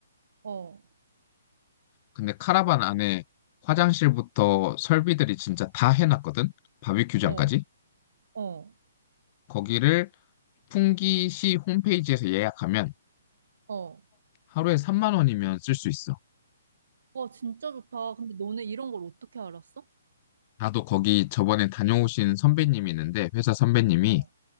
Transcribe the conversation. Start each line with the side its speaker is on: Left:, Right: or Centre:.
Right: 어,
Left: 근데 카라반 안에 화장실부터 설비들이 진짜 다 해놨거든. 바비큐장까지.
Right: 어, 어,
Left: 거기를 풍기시 홈페이지에서 예약하면
Right: 어.
Left: 하루에 3만 원이면 쓸 수 있어.
Right: 와, 진짜 좋다. 근데 너네 이런 걸 어떻게 알았어?
Left: 나도 거기 저번에 다녀오신 선배님이 있는데, 회사 선배님이,
Right: 어,